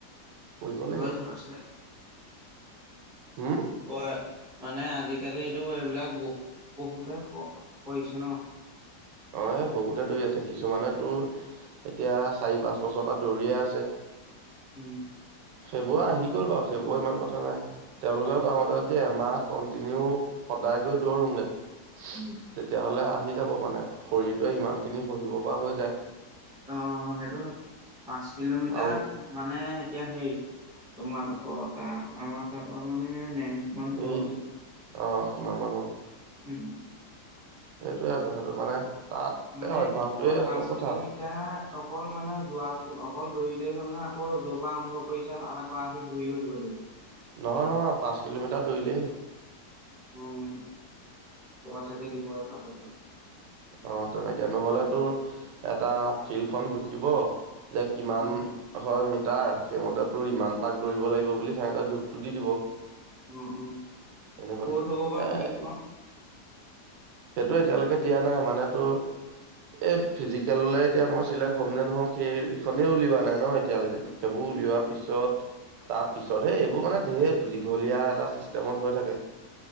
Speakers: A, on the right; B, in the centre.
A: কৰিব লাগিব
B: হৈ চোন আছিলে।
A: হুম
B: কয় মানে আজিকালি টো এইবিলাক বহুত। বহুতে কৰিছে ন।
A: অঁ এই বহুতে দৌৰি আছে কিছুমানে তোৰ এতিয়া চাৰি পাঁচ বছৰৰ পৰা দৌৰিয়ে আছে।
B: উম।
A: খেবুৱা আহি গ'ল বাৰু খেবুৱা ইমান কথা নাই তেওঁলোকে ক মতে যে এমাহ কণ্টিনিউ সদায় গৈ দৌৰোগে। তেতিয়া
B: উম।
A: হ'লে আহি যাব মানে শৰীৰটোৱে ইমান খিনি সহিব পৰা হৈ যায়।
B: অ সেইটো পাঁচ কিলোমিটাৰ
A: আৰু
B: মানে। এতিয়া সেই তোমালোকৰ ত আমাৰ তপৰা মানে নেনান হব
A: এই
B: আছিল।
A: অ কিমান মান হ'ব।
B: উম।
A: সেইটোয়ে কথাটো মানে। তাত
B: মানে
A: এই অভ্যাসটোৱে
B: অ
A: আচল
B: পাঁচ
A: কথা
B: কিলোমিটাৰ অকল মানে যোৱাত অকল লেই হ'ল না আকৌ যৰ পৰা আৰম্ভ কৰিছা তাৰক পৰা আহি ঘূৰিও আহিব লাগিব।
A: নহয় নহয় পাঁচ কিলোমিটাৰ দৌৰিলেই হ'ল।
B: অ মানে <unintelligible>
A: অ তেনেকে নহলে তোৰ এটা ফিল্ডখনন জুখিব। যে কিমান
B: অ
A: হয় মৃত্যু। তাৰ সেইমতে তো ইমান পাক দৌৰিব লাগিব বুলি সিহঁতৰ জোখটো দি দিব।
B: অ অ
A: এনেকুৱা
B: ক'ত হ'ব বা
A: এ।
B: ফিল্ডখন
A: সেইটো এতিয়ালৈকে দিয়া নাই মানেতো। এ ফিজিকেললে এতিয়া মই চিলেক্ট হ'ম নে নহ'ম সেইখনেই উলিওৱা নাই ন এতিয়ালৈকে! সেইবোৰ উলিওৱাৰ পিছত তাৰ পিছতহে এইবোৰ মানে, ধেৰ দীঘলীয়া এটা চিষ্টেমত হৈ থাকে।